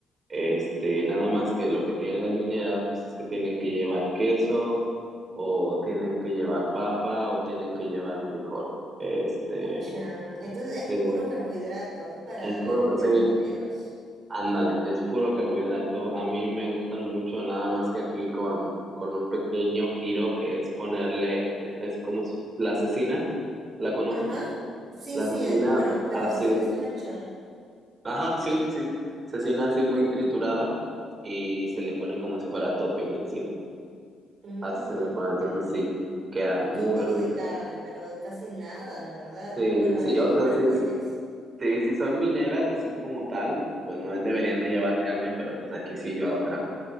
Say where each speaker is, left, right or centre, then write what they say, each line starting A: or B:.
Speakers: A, on the right; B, on the right.
A: Este, nada más que lo que tienen las mineras, pues es que tienen que llevar queso, o tienen que llevar papa, o tienen que llevar frijol. Este,
B: Pucha. Entonces es
A: sí,
B: puro carbohidrato, es para
A: es
B: darle
A: puro,
B: energía
A: sí,
B: a los mineros.
A: ándale, es puro carbohidrato. A mí me gustan mucho, nada más que aquí con, con un pequeño giro que es ponerle, e-, es como si, la cecina, ¿la conoces?
B: Ajá. Sí,
A: La
B: sí,
A: cecina
B: aquí, bueno, pero
A: así,
B: cecina es chancho, ¿no?
A: ajá, sí, sí, cecina así muy triturada y se le pone como si fuera topping encima.
B: Mmm,
A: Así se le pone, entonces
B: bueno,
A: sí, quedan
B: un poquito
A: muy ricas.
B: de carne, pero casi nada, en verdad.
A: Sí,
B: Pero bueno,
A: sí,
B: ahí
A: o
B: los
A: sea,
B: frijoles.
A: sí, sí, sí son mineras así como tal, pues no deberían de llevar carne, pero pues aquí sí yo hago trampa